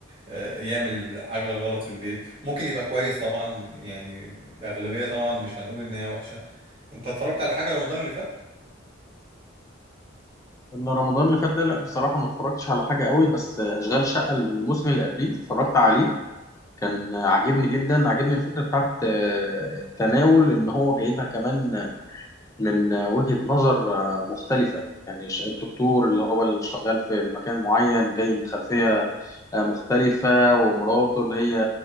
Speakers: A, on the right (about 30°); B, on the left (about 15°).
A: آه، يعمل حاجة غلط في البيت ممكن يبقى كويس طبعا يعني الأغلبية طبعا مش هنقول إن هي وحشة أنت اتفرجت على حاجة رمضان اللي فات؟
B: انا رمضان اللي فات ده لا بصراحه ما اتفرجتش على حاجه قوي بس اشغال شقه الموسم اللي قبليه اتفرجت عليه كان عاجبني جدا عاجبني الفكره بتاعت آه، التناول ان هو جايبها كمان من وجهه نظر آه، مختلفه يعني ش- الدكتور اللي هو اللي شغال في المكان معين جاي من خلفيه آه، مختلفه ومراته اللي هي